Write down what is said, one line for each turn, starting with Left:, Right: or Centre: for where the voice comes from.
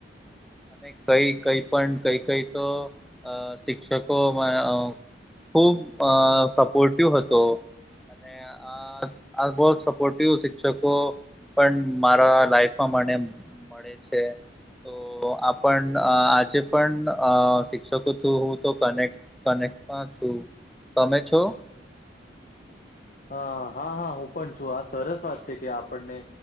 Centre: અને કઈ કઈ પણ કઈ કઈ તો શિક્ષકોમાં ખૂબ અ સપોર્ટિવ હતો હતો અને આ આ બહ સપોર્ટિવ શિક્ષકો પણ મારા લાઈફ પ્રમા મળે છે તો આપણ આજે પણ શિક્ષકો થું હું તો કનેક્ટ કનેક પા છું તમે છો
Left: હા હા હા હું પણ છું આ સરસ વાત છે કે આપણને